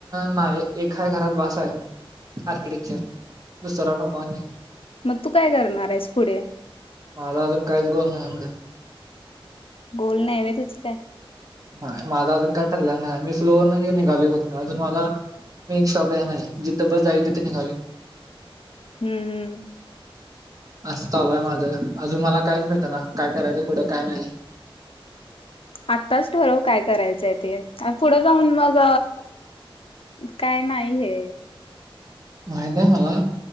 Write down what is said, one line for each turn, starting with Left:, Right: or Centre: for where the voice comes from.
Right: नाही एय घरात बास आहे आर्किटेक्चर दुसरा नकनी
Left: मग तू काय करणार आहेस पुढे
Right: माझा अजून काहीच कर नाही आहे पुढे
Left: गोल नाहीव तच काय
Right: नाही माझा अजून काय ठरलेला नाही मी फ्लोनऊ निघाल फक्त अजून मझला मेन शॉप आहे नाही जिथं बस जाईल तिथे निघाली मी
Left: हम्म हम्म
Right: असं चालू आहे माझं अजून मला कायच भेट ना काय करायचं कुठं काय नाही
Left: आत्ताच ठरव काय करायचंय ते पुढे जाऊन मग काय नाही हे
Right: माहिने्या मला